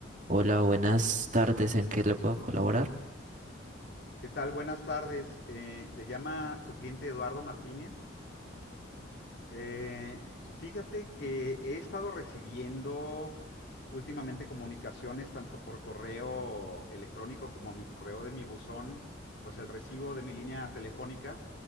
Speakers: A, on the right; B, on the left.
A: Hola, buenas tardes. ¿En qué le puedo colaborar?
B: ¿Qué tal? Buenas tardes. Eh, te llama tu cliente Eduardo Martínez. Eh, fíjate que he estado recibiendo últimamente comunicaciones tanto por correo electrónico como a mi correo de mi buzón, pues el recibo de mi línea telefónica